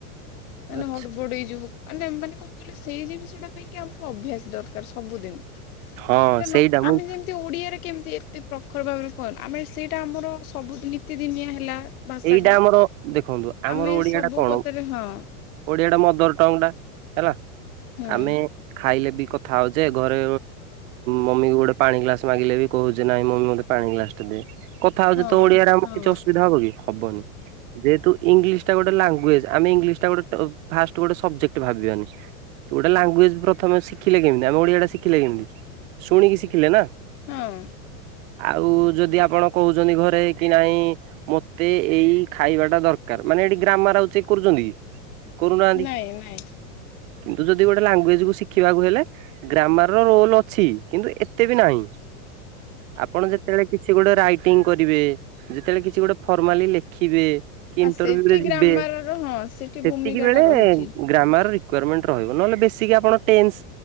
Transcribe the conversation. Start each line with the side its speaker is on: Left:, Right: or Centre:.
Left: ମାନେ
Right: ଆଛା
Left: ହଡ଼ବଡ଼େଇ ଯିବୁ। ମାନେ ମାନେ କଣ କହିଲେ ସେଇ ଜିନିଷ ଟା ପାଇଁ କି ଆମକୁ ଅଭ୍ୟାସ ଦରକାର ସବୁଦିନ। ସେଇଟା
Right: ହଁ ସେଇଟା
Left: ନ,
Right: ମୁଁ
Left: ଆମେ ଯେମି ତି ଓଡ଼ିଆରେ କେମିତି ଏତେ ପ୍ରଖର ଭାବରେ କହିଲୁ, ଆମେ ସେଇଟା ଆମର ସବୁଦିନି ନିତି ଦିନିଆ ହେଲା। ଭାଷାଟା।
Right: ଏଇଟା ଆମର ଦେଖନ୍ତୁ, ଆମର
Left: ଆମେ
Right: ଓଡିଆ
Left: ସବୁ
Right: ଟା କଣ?
Left: କଥାରେ ହଁ
Right: ଓଡ଼ିଆ ଟା ମଦର ଟଙ୍ଗ ଟା ହେଲା।
Left: ହୁଁ
Right: ଆମେ ଖାଇଲେ ବି କଥା ହଉଛେ, ଘରେ ମମି କୁ ଗୋଟେ ପାଣି ଗ୍ଲାସ ମାଗିଲେ ବି କହୁଛେ ନାଇଁ ମମି ମତେ ପାଣି ଗ୍ଲାସଟେ ଦେ। କଥା ହଉଛେ
Left: ହଁ
Right: ତ ଓଡିଆରେ ଆମକୁ
Left: ହଁ
Right: କିଛି ଅସୁବିଧା ହବ କି? ହବନି। ଯେହେତୁ ଇଂଲିଶ ଟା ଗୋଟେ ଲାଙ୍ଗୁଏଜ। ଆମେ ଇଂଲିଶଟା ଗୋଟେ ଫାଷ୍ଟ ଗୋଟେ ସବଜେକ୍ଟ ଭାବିବାନି। ଗୋଟେ ଲାଙ୍ଗୁଏଜ। ପ୍ରଥମେ ଶିଖିଲେ କେମିତି? ଆମେ ଓଡିଆଟା ଶିଖିଲେ କେମିତି? ଶୁଣିକି ଶିଖିଲେ ନା।
Left: ହଁ।
Right: ଆଉ ଯଦି ଆପଣ କହୁଛନ୍ତି ଘରେ କି ନାଇଁ ମ ମତେ ଏଇ ଖାଇବାଟା ଦରକାର, ମାନେ ଏଠି ଗ୍ରାମାର ଆଉ ଚେକ କରୁଛନ୍ତି କି? କରୁନାହାନ୍ତି।
Left: ନାଇଁ ନାଇଁ
Right: କିନ୍ତୁ ଯଦି ଗୋଟେ ଲାଙ୍ଗୁଏଜ କୁ ଶିଖିବାକୁ ହେଲେ ଗ୍ରାମର ର ରୋଲ ଅଛି। କିନ୍ତୁ ଏତେ ବି ନାହିଁ।
Left: <inaudible>
Right: ଆପଣ ଯେତେବେଳେ କିଛି ଗୋଟେ ରାଇଟିଂ କରିବେ, ଯେତେବେଳେ କିଛି ଗୋଟେ ଫର୍ମାଲି ଲେଖିବେ କି
Left: ଆ
Right: ଇଣ୍ଟରଭ୍ୟୁରେ
Left: ସେଠି ଗ୍ରାମାରର
Right: ଯିବେ,
Left: ହଁ ସେଠି ଭୂମିକା
Right: ସେତିକି ବେଳେ
Left: ଟା ରହୁଛି।
Right: ଗ୍ରାମାର ରିକ୍ୱୟାରମେଣ୍ଟ ରହିବ। ନହେଲେ ବେସିକ୍ ଆପଣ ଟେନ୍ସ